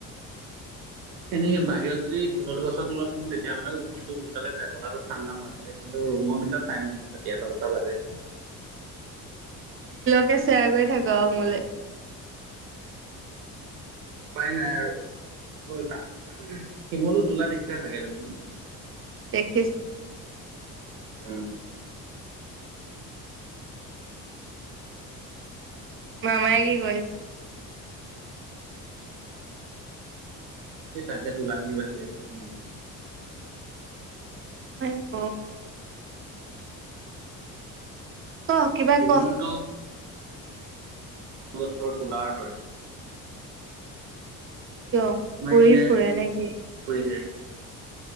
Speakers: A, on the right; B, on the right.
A: এনে বাহিৰত যদি শিমলু গছৰ তলত হোম তেতিয়াহ'লে টোপনিটো সোনকালে বতাতো ঠাণ্ডা মাৰে কিন্তু ৰুমৰ ভিতৰত টাইম লাগে ৰাতি এটা দুটা বাজে
B: তে শ্বেয়াৰ কৰি থাক মোলে
A: উপায় নাই আৰু কি শিমলো তোলা দেখিছা চাগে তুমি ন
B: দেখিছো
A: উম
B: মামায়ে কি কৰিছে
A: এই তাকে তোলাখিনী বাচি আছে তোমালোক
B: নাইক ক কিবা
A: জীৱনটো
B: ক
A: গছৰ তোলাৰ দৰে
B: কিয়
A: কোৰ মাৰি
B: উৰি
A: দিলে
B: ফুৰে নেকি
A: পৰি যায়।